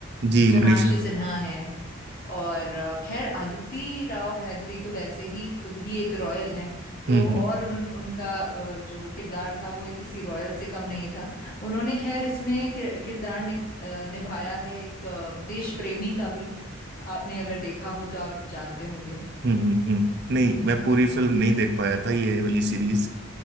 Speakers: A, on the right; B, on the left.
A: जी
B: सोनाक्षी
A: मनीषा कोइराला
B: सिन्हा हैं और अ, खैर अदिति राव हैदरी तो वैसे ही खुद ही एक रॉयल हैं तो
A: हम्म
B: और
A: हम्म।
B: उन, उन उनका अ, जो किरदार था वो किसी रॉयल से कम नहीं था उन्होंने खैर इसमें किर, किरदार नि, अ, निभाया है एक अ, देश प्रेमी का भी आपने अगर देखा हो तो आप जानते होंगे
A: हम्म हम्म हम्म। नहीं मैं पूरी फिल्म नहीं देख पाया था ये वाली सीरीज